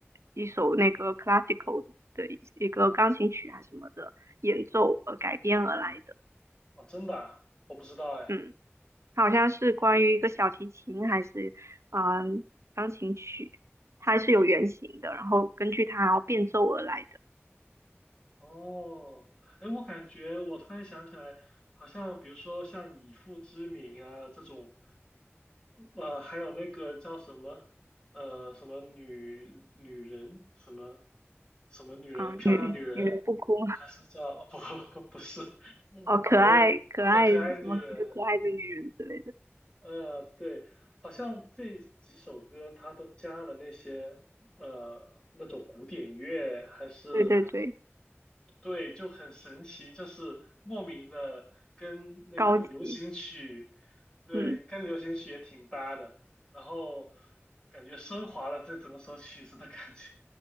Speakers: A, on the right (about 85°); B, on the left (about 20°).
A: 一首那个 classical 的一一个钢琴曲还是什么的演奏而改编而来的，
B: 哦，真的啊我不知道哎。
A: 嗯，它好像是关于一个小提琴还是嗯、呃钢琴曲，它是有原型的，然后根据它然后变奏而来的。
B: 哦，哎，我感觉我突然想起来，好像比如说像以父之名啊这种，呃，还有那个叫什么，呃，什么女女人，什么什么女人，
A: 啊，
B: 漂亮女人，
A: 女女人不哭，
B: 还是叫，<laughs> 哦，不不是，嗯，
A: 哦，可爱可爱，
B: 我也，呃，可爱女人，
A: 什么一个可爱的女人之类的，
B: 呃，对，好像这几首歌它都加了那些呃那种古典乐，还是
A: 对对对，
B: 对，就很神奇，就是莫名的跟那个流行曲，
A: 高级，
B: 对，
A: 嗯。
B: 跟流行曲也挺搭的，然后感觉升华了这整首曲子的感觉。